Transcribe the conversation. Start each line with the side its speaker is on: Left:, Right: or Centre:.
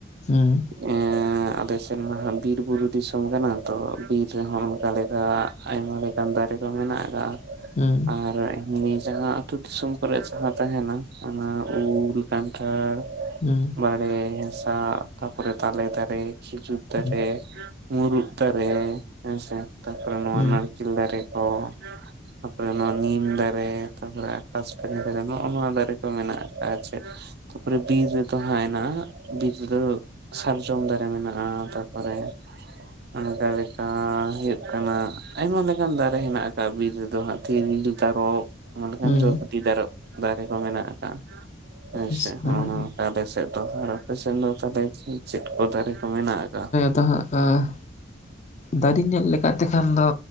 Left: ᱦᱩᱸ
Right: ᱮᱸᱜ ᱟᱞᱮ ᱥᱮᱫ ᱢᱟᱦᱟᱸ ᱦᱟᱸᱜ ᱵᱤᱨ ᱵᱩᱨᱩ ᱫᱤᱥᱚᱢ ᱠᱟᱱᱟ᱾ ᱛᱚ ᱵᱤᱨ ᱨᱮᱦᱚᱸ ᱚᱱᱠᱟ ᱞᱮᱠᱟ ᱟᱭᱢᱟ ᱞᱮᱠᱟ ᱫᱟᱨᱮ ᱠᱚ ᱢᱮᱱᱟᱜ ᱟᱠᱟᱜᱼᱟ᱾
Left: ᱦᱩᱸ
Right: ᱟᱨ ᱮᱢᱱᱤ ᱡᱟᱦᱟᱸ ᱟᱛᱩ ᱫᱤᱥᱚᱢ ᱠᱚᱨᱮᱡ ᱡᱟᱦᱟᱸ ᱛᱟᱦᱮᱱᱟ ᱚᱱᱟ ᱩᱞ, ᱠᱷᱟᱱᱴᱟᱲ,
Left: ᱦᱩᱸ
Right: ᱵᱟᱲᱮ, ᱦᱮᱥᱟᱜ ᱛᱟᱯᱚᱨᱮ ᱛᱟᱞᱮ ᱫᱟᱨᱮ᱾ ᱠᱷᱤᱡᱩᱨ ᱫᱟᱨᱮ,
Left: ᱦᱩᱸ
Right: ᱢᱩᱨᱩᱫ ᱫᱟᱨᱮ ᱦᱮᱸ ᱥᱮ ᱛᱟᱨᱯᱚᱨᱮ ᱱᱚᱣᱟ
Left: ᱦᱩᱸ
Right: ᱱᱟᱹᱲ ᱠᱮᱞ ᱫᱟᱨᱮ ᱠᱚ᱾ ᱛᱟᱯᱚᱨᱮ ᱱᱚᱣᱟ ᱱᱤᱢ ᱫᱟᱨᱮ ᱛᱟᱨᱯᱚᱨᱮ ᱟᱠᱟᱥᱯᱟᱱᱤ ᱫᱟᱨᱮ ᱱᱚᱜ-ᱚ ᱱᱚᱣᱟ ᱫᱟᱨᱮ ᱠᱚ ᱢᱮᱱᱟᱜ ᱟᱠᱟᱜᱼᱟ ᱪᱮᱜ ᱛᱟᱯᱚᱨᱮ ᱵᱤᱨ ᱨᱮᱫᱚ ᱦᱟᱸᱜ ᱦᱮᱱᱟᱜ-ᱟ ᱵᱤᱨᱫᱟᱹ ᱥᱟᱨᱡᱚᱢ ᱫᱟᱨᱮ ᱢᱮᱱᱟᱜᱼᱟ ᱛᱟᱨᱯᱚᱨᱮ, ᱚᱝᱠᱟ ᱞᱮᱠᱟ ᱦᱩᱭᱩᱜ ᱠᱟᱱᱟ᱾ ᱟᱭᱢᱟ ᱞᱮᱠᱟᱱ ᱫᱟᱨᱮ ᱦᱮᱱᱟᱜ ᱟᱠᱟᱜᱼᱟ ᱵᱤᱨ ᱨᱮᱫᱚ ᱛᱤᱨᱤᱞ, ᱛᱟᱨᱚᱵ᱾ ᱚᱱᱠᱟᱱ
Left: ᱦᱩᱸ
Right: ᱡᱚ <unintelligible> ᱫᱟᱨᱚᱵ ᱫᱟᱨᱮ ᱠᱚ ᱢᱮᱱᱟᱜ ᱟᱠᱟᱜᱼᱟ ᱦᱮᱸ
Left: ᱵᱮᱥ
Right: ᱥᱮ
Left: ᱱᱟᱯᱟᱭ
Right: ᱦᱚᱜ-ᱚ ᱱᱚᱣᱟᱠᱟ
Left: ᱜᱮ
Right: ᱟᱞᱮ ᱥᱮᱫ ᱛᱚᱦᱟᱨ ᱟᱯᱮ ᱥᱮᱱ ᱫᱚ ᱛᱟᱞᱦᱮ ᱪᱤᱜ ᱪᱮᱫ ᱠᱚ ᱫᱟᱨᱮ ᱠᱚ ᱢᱮᱱᱟᱜ ᱟᱠᱟᱜᱼᱟ?
Left: ᱛᱚ ᱦᱟᱸᱜ ᱟᱸ, ᱫᱟᱨᱤ ᱧᱮᱞ ᱞᱮᱠᱟᱜ ᱛᱮᱠᱷᱟᱱ ᱫᱚ,